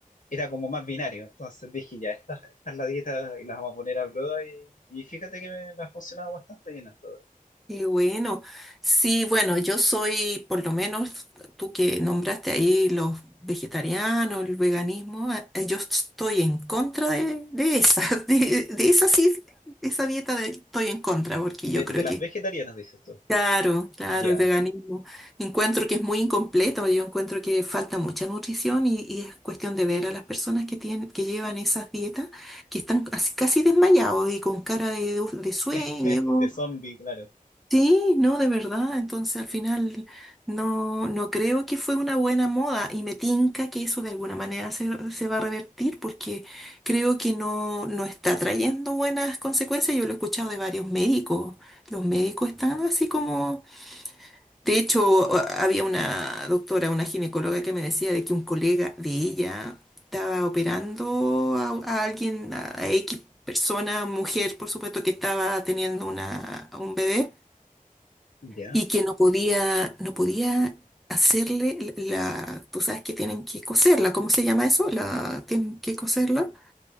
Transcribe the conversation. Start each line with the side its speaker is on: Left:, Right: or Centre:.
Left: era como más binario, entonces dije ya, esta, esta es la dieta y las vamos a poner a prueba y, y fíjate que me, me ha funcionado bastante bien hasta ahora.
Centre: Qué bueno. Sí, bueno, yo soy, por lo menos tú que nombraste ahí los vegetarianos, el veganismo, eh, eh, yo estoy en contra de, de esa, <laughs> de, de esa sí, esa dieta de- estoy en contra, porque
Left: De,
Centre: yo creo
Left: de las
Centre: que,
Left: vegetarianas, dices tú.
Centre: claro, claro,
Left: Ya,
Centre: el veganismo, encuentro que es muy incompleto, yo encuentro que falta mucha nutrición y, y es cuestión de ver a las personas que tienen, que llevan esas dietas, que están casi casi desmayados y con cara de de sueño.
Left: <laughs> de zombie, claro.
Centre: Sí, no, de verdad. Entonces, al final, no, no creo que fue una buena moda y me tinca que eso de alguna manera se, se va a revertir porque creo que no, no está trayendo buenas consecuencias. Yo lo he escuchado de varios médicos. Los médicos están así como... De hecho, a- había una doctora, una ginecóloga que me decía de que un colega de ella estaba operando a, a alguien, a, a X persona, mujer, por supuesto, que estaba teniendo una, un bebé
Left: Ya.
Centre: y que no podía, no podía hacerle la, tú sabes que tienen que coserla, ¿cómo se llama eso? La, tienen que coserla